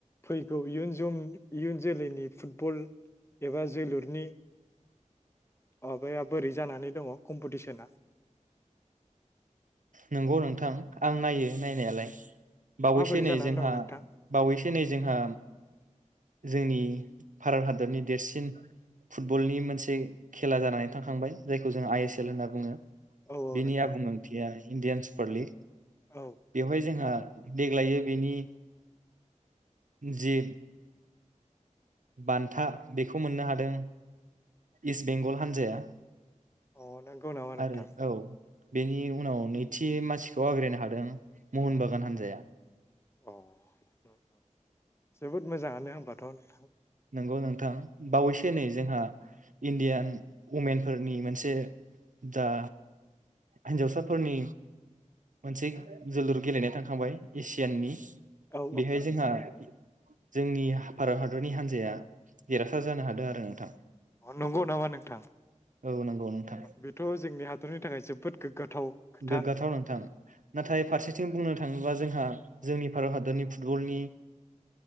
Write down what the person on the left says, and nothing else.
फैगौ इयुन इयुन जोलैनि फुटबल एबा जोलुरनि माबाया बोरै जानानै दङ कम्पिटिसना
माबोरै
जानानै
दं नोंथां
औ औ
नोंथां
औ
अ नंगौ नामा नोंथां
अ <unintelligible> जोबोद मोजाङानो होमबाथ'
औ
नंगौ नामा नोंथां
बेथ' जोंनि हादरनि थाखायसो जोबोद गोग्गाथाव खोथा